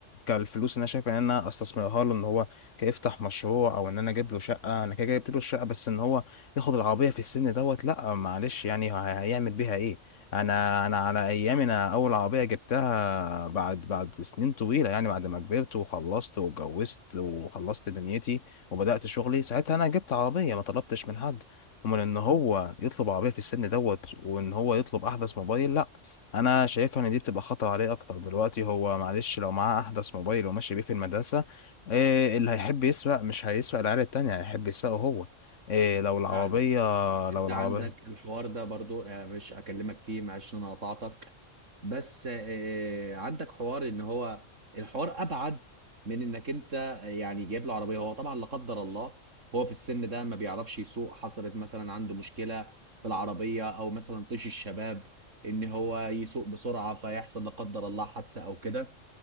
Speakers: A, on the left; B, on the right.
A: كالفلوس اللي انا شايف ان انا استثمرها له ان هو كيفتح مشروع او ان انا اجيب له شقه انا كده جبت له الشقه بس ان هو ياخد العربيه في السن دوت لا معلش يعني ه- هيعمل بيها ايه انا انا على ايامي انا اول عربيه جبتها بعد بعد سنين طويله يعني بعد ما كبرت وخلصت واتجوزت وخلصت دنيتي وبدات شغلي ساعتها انا جبت عربيه ما طلبتش من حد ومن ان هو يطلب عربيه في السن دوت وان هو يطلب احدث موبايل لا انا شايفها ان دي بتبقى خطر عليه اكتر دلوقتي هو معلش لو معاه احدث موبايل وماشي بيه في المدرسه إيه اللي هيحب يسوق مش هيسوق العيال التانية هيحب يسوقه هو إيه لو العربية
B: فعلا انت
A: لو العربية
B: عندك الحوار ده برضو آه، مش اكلمك فيه معلش إن انا قطعتك بس آه، عندك حوار ان هو الحوار ابعد من انك انت يعني جايب له عربيه هو طبعا لا قدر الله هو في السن ده ما بيعرفش يسوق حصلت مثلا عنده مشكله في العربيه او مثلا طيش الشباب ان هو يسوق بسرعه فيحصل لا قدر الله حادثه او كده